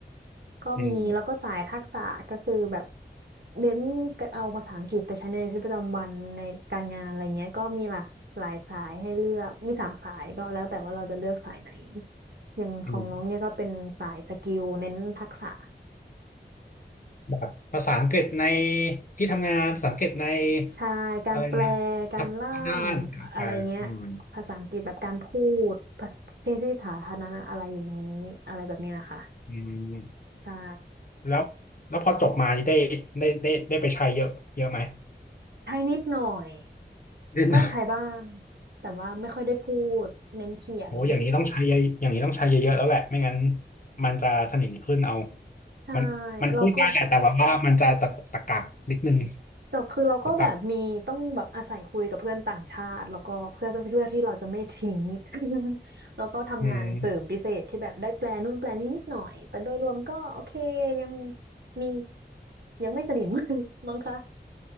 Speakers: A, on the right (about 65°); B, on the left (about 50°).
A: ก็มีแล้วก็สายทักษะก็คือแบบ
B: อืม
A: เน้นเอาภาษาอังกฤษไปใช้ในชีวิตประจำวันในการงานอะไรเงี้ยก็มีหลากหลายสายให้เลือกมีสามสายก็แล้วแต่ว่าเราจะเลือกสายไหนอย่างของน้องเนี่ยก็เป็นสายสกิลเน้นทักษะ
B: อืมแบบภาษาอังกฤษในที่ทำงานภาษาอังกฤษใน
A: ใช่การแปล
B: อะไรนะทับด้านอ่าอืม
A: การล่ามอะไรเงี้ยภาษาอังกฤษแบบการพูดภาษาที่ที่สาธารณะอะไรอย่างนี้อะไรแบบเนี้ยค่ะ
B: อืม
A: ใช่
B: แล้วแล้วพอจบมาได้ได้ได้ได้ไปใช้เยอะเยอะไหม
A: ใช้นิดหน่อย
B: นิดหน่อย
A: ก็ใช้บ้างแต่ว่าไม่ค่อยได้พูดเน้นเขียน
B: โอ้อย่างนี้ต้องใช้เยอะอย่างนี้ต้องใช้เยอะๆแล้วแหละ ไม่งั้นมันจะสนิมขึ้นเอา
A: ใช่
B: มันมันพูดได้แหละแต่ว่าว่ามันจะตะกุกตะกักนิดนึง
A: แล้วก็ แต่คือเราก็แบบมีต้องแบบอาศัยคุยกับเพื่อนต่างชาติแล้วก็เพื่อนเพื่อนเพื่อที่เราจะไม่ทิ้ง
B: หรือเปล่า
A: <laughs> แล้วก็ทำงานเสริมพิเศษที่แบบได้แปลนู่นแปลนี้นิดหน่อยแต่โดยรวมก็โอเคยัง
B: อืม
A: มียังไม่สนิม <laughs> มั้งคะ